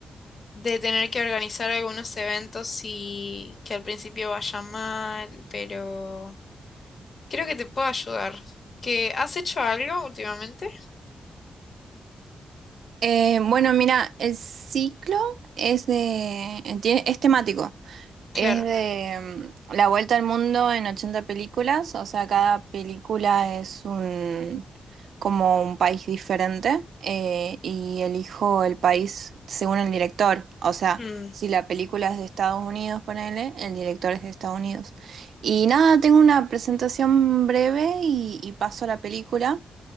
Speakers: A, on the left (about 50°); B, on the right (about 75°).
A: de tener que organizar algunos eventos y que al principio vaya mal, pero creo que te puedo ayudar. ¿Que has hecho algo últimamente?
B: Eh, bueno, mira, el ciclo es de, tie- es temático.
A: Claro.
B: Es de mm, la vuelta al mundo en ochenta películas, o sea, cada película es un como un país diferente eh, y elijo el país según el director. O sea,
A: Mm,
B: si la película es de Estados Unidos, ponele, el director es de Estados Unidos. Y nada, tengo una presentación breve y, y paso a la película.